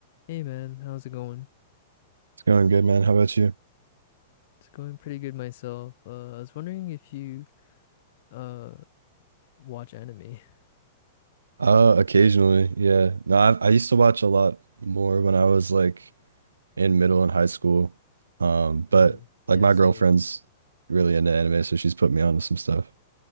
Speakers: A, on the left (about 60°); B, on the right (about 85°).
A: Hey man, how's it going?
B: It's going good, man. How about you?
A: It's going pretty good myself. Uh, I was wondering if you uh watch anime. <laughs>
B: Uh, occasionally, yeah. No, I I used to watch a lot more when I was like in middle and high school. Um, but
A: Mm,
B: like
A: yeah,
B: my
A: same.
B: girlfriend's really into anime, so she's put me onto some stuff.